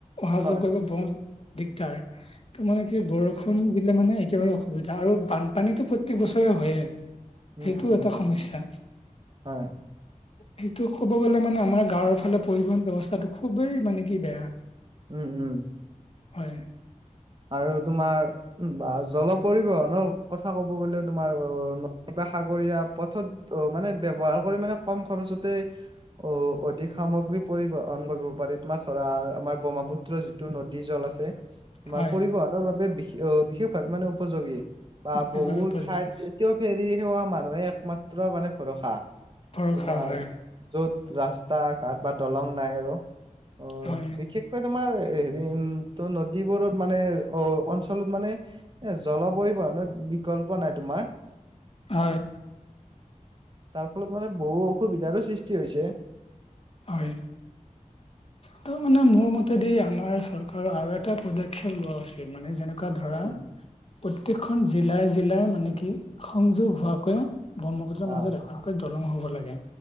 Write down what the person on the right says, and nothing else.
হয়
উম
উম
হয়
উম উম।
আৰু তোমাৰ বা জল পৰিবহনৰ কথা ক'ব গ'লে তোমাৰ <unintelligible> সাগৰীয়া পথত অ মানে, ব্যৱহাৰ কৰি মানে কম খৰচতে অ অধিক সামগ্ৰী পৰিবহন কৰিব পাৰি। তোমাৰ ধৰা, আমাৰ ব্ৰহ্মপু টো যিটো নদী জল আছে। আমাৰ
পৰিবহনৰ বাবে বিশ অ বিশেষভাৱে মানে উপযোগী। বা
বহুত
ঠাইত এতিয়াও ফেৰি সেৱা মানুহে একমাত্ৰ মানে ভৰসা।
তোমাৰ
য'ত ৰাস্তা ঘাট বা দলং নাই আৰু। অ,
বিশেষকৈ তোমাৰ হেৰি উম ত' নদীবোৰত মানে অ অঞ্চলত মানে এ জল পৰিবহনৰত বিকল্প নাই তোমাৰ।
তাৰ ফলত মানে বহু অসুবিধাৰো সৃষ্টি হৈছে।
উম,
অ',